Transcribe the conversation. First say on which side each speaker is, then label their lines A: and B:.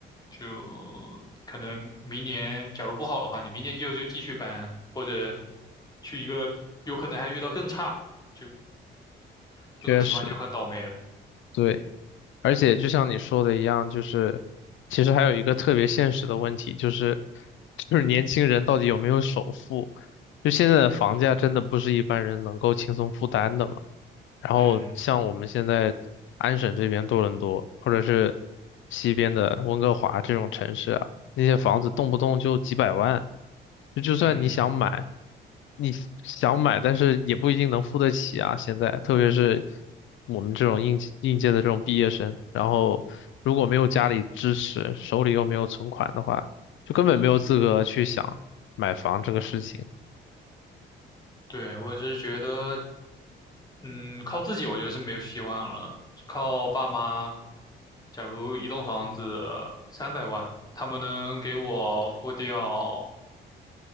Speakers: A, on the left (about 20°); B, on the left (about 75°).
A: 就可能明年假如不好的话，你明年就就继续搬，或者去一个有可能还遇到更差，就这种情况就很倒霉了。
B: 确实，对。而且就像你说的一样，就是其实还有一个特别现实的问题，就是就是年轻人到底有没有首付？就现在的房价真的不是一般人能够轻松负担的嘛。然后像我们现在安省这边多伦多，
A: 嗯
B: 或者是西边的温哥华这种城市啊，那些房子动不动就几百万，就就算你想买，
A: 嗯，
B: 你想买，但是也不一定能付得起啊。现在，特别是我们这种应应届的这种毕业生，然后如果没有家里支持，手里又没有存款的话，就根本没有资格去想买房这个事情。
A: 对，我是觉得嗯，靠自己我觉得是没有希望了，靠爸妈。假如一栋房子三百万，他们能给我付掉，